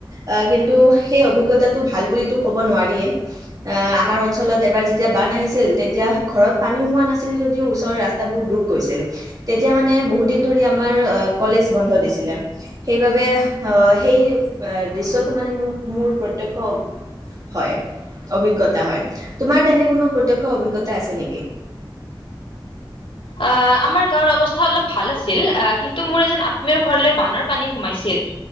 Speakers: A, on the right; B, on the left.
A: আ কিন্তু সেই অভিজ্ঞতাটো ভাল বুলিটো ক'ব নোৱাৰিয়েই। আহ আমাৰ অঞ্চলত এবাৰ যেতিয়া বান আহিছিল, তেতিয়া ঘৰত পানীও সোমোৱা নাছিল যদিও ওচৰৰ ৰাস্তা সেইবোৰ ডুব গৈছিল, তেতিয়া মানে বহুত দিন ধৰি আমাৰ কলেজ বন্ধ দিছিলে। সেইবাবে অ' সেই দৃশ্যটো মানে মোৰ-মোৰ প্ৰত্যক্ষ হয়, অভিজ্ঞতা হয়। তোমাৰ তেনে কোনো প্ৰত্যক্ষ অভিজ্ঞতা আছে নেকি?
B: অ' আমাৰ গাঁৱৰ অৱস্থা অলপ ভাল আছিল, কিন্তু মোৰ এজন আত্মীয় ঘৰলৈ বানৰ পানী সোমাইছিল।